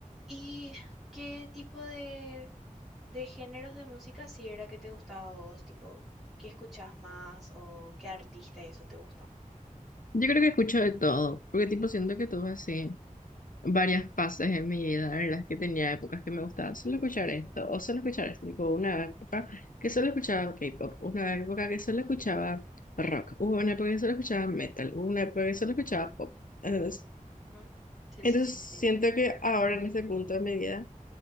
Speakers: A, in the centre; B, on the left.
A: ¿Y qué tipo de, de géneros de música sí era que te gustaba a vos? Tipo, ¿qué escuchás más o qué artista y eso te gusta?
B: Yo creo que escucho de todo, porque tipo siento que tuve así varias fases en mi vida en las que tenía épocas que me gustaba solo escuchar esto o solo escuchar esto, tipo una época que solo escuchaba K-pop, una época que solo escuchaba rock, hubo una época que solo escuchaba metal, hubo una época que solo escuchaba pop. Entonces,
A: ¿Mm? Sí,
B: entonces
A: sí, sí, sí.
B: siento que ahora en este punto de mi vida